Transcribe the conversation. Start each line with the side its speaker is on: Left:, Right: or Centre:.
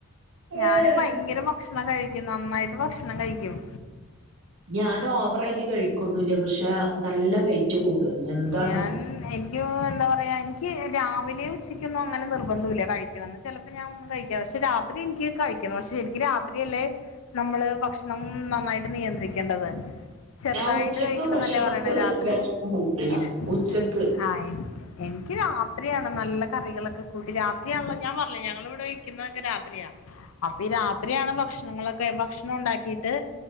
Left: ഞാനും
Right: ഏഹ്
Left: ഭയങ്കര ഭക്ഷണം കഴിക്കു നന്നായിട്ട് ഭക്ഷണം കഴിക്കും
Right: ഞാൻ ഓവറായിട്ട് കഴിക്കൊന്നുല്ല പക്ഷെ നല്ല വെയിറ്റ് കൂടും എന്താണാവോ
Left: ഞാൻ എ യോ എനിക്ക് എന്താ പറയാ എനിക്ക് രാവിലെയു ഉച്ചയ്ക്കൊന്നും അങ്ങനെ നിർബന്ധല്ല കഴിക്കണന്ന് ചില ഞാൻ ഒന്ന് കഴിക്ക പക്ഷെ രാത്രി എനിക്ക് കഴിക്കണം പക്ഷെ ശെരിക്ക് രാത്രിയല്ലേ നമ്മള് ഭക്ഷണം നന്നായിട്ട് നിയന്ത്രിക്കേണ്ടത് ചെറുതായിട്ട്
Right: ഞാൻ ഉച്ചക്ക്
Left: കഴിക്കണന്നല്ലേ
Right: ഭക്ഷണക്ക്
Left: പറയണേ രാത്രി
Right: വിശപ്പ് കൂടുതലാ
Left: എനിക്ക് എ
Right: ഉച്ചക്ക്
Left: ആ എനിക്ക് രാത്രിയാണ് നല്ല കറികളൊക്കെ കൂട്ടി രാത്രിയാണല്ലോ ഞാൻ പറഞ്ഞില്ലേ ഞങ്ങള് ഇവിടെ വെയിക്കുന്നതൊക്കെ രാത്രിയാ. അപ്പൊ ഈ രാത്രിയാണ് ഭക്ഷണങ്ങളൊക്കെ ഭക്ഷണം ഉണ്ടാക്കിട്ട്